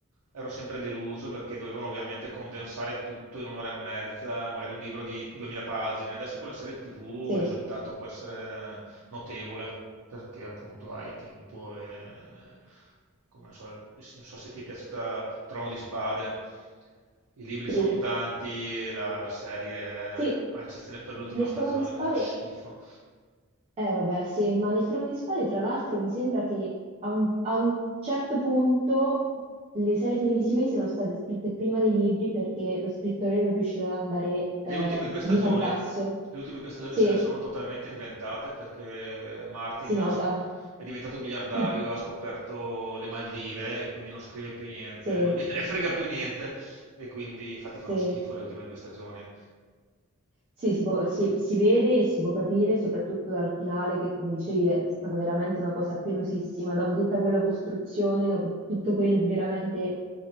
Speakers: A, on the right; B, on the right.
A: ero sempre deluso perché dovevano ovviamente condensare tutto in un'ora e mezza, magari un libro di 2000 pagine. Adesso con la serie TV
B: Sì.
A: il risultato può essere notevole perché appunto hai tempo e come non so, non so se ti è piaciuta Trono di Spade. I libri
B: Sì,
A: sono tanti, la, la serie,
B: Sì,
A: a eccezione per l'ultima
B: nel
A: stagione
B: Trono di Spade,
A: che fa schifo.
B: eh vabbè, sì, ma nel Trono di Spade, tra l'altro, mi sembra che a un, a un certo punto le serie televisive siano state scritte prima dei libri perché lo scrittore non riusciva ad andare eh,
A: Le ultime due
B: di
A: stagioni,
B: pari passo.
A: le ultime due stagioni
B: Sì,
A: se le sono totalmente inventate perché Martin
B: si nota.
A: ha- è diventato un miliardario,
B: <laughs>
A: ha scoperto le Maldive e quindi non scrive più niente,
B: Sì,
A: non gliene <laughs> frega più niente e quindi infatti fanno
B: sì.
A: schifo le ultime due stagioni.
B: Sì, si può- si- si vede e si può capire, soprattutto dal finale, che come dicevi è stata veramente una cosa penosissima, dopo tutta quella costruzione, dopo tutto quel veramente,